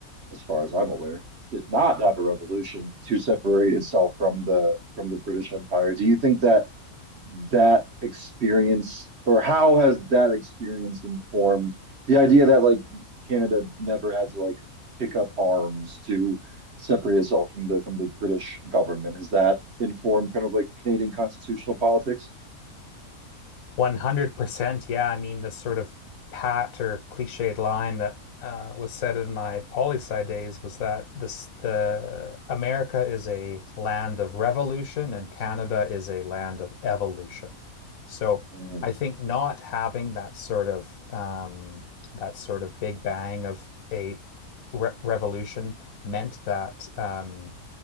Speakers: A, on the right; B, on the left.
A: as far as I'm aware, did not have a revolution to separate itself from the from the British Empire. Do you think that that experience or how has that experience informed the idea that like Canada never had to like pick up arms to separate itself from the from the British government? Has that informed kind of like Canadian constitutional politics?
B: 100%. Yeah, I mean, the sort of pat or cliched line that uh, was said in my poli sci days was that this the America is a land of revolution and Canada is a land of evolution. So
A: Mm,
B: I think not having that sort of um, that sort of big bang of a re revolution meant that um,